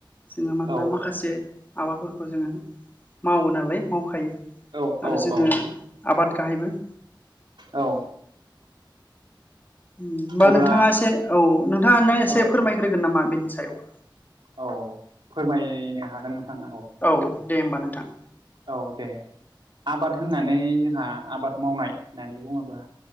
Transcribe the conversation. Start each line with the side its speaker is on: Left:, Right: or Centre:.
Left: जोङो मानोना
Right: औ
Left: माखासे आबादफोरखौ जोंङो मावो नालाय मावखायो
Right: औ
Left: आरो
Right: औ
Left: जोंङो
Right: औ
Left: आबाद गाहायबो
Right: औ
Left: होनोमबा
Right: अब्ला
Left: नोंथाङा एसे औ नोंथाङानो एसे
Right: औ
Left: फोरमायग्रोगोन नामा बेनि सायाव
Right: औ फोरमायनो हागोन नोंथां औ
Left: औ दे होमबा नोंथां
Right: औ दे आबाद होननानै जोंहा आबाद मावनाय होननानै बुङोब्ला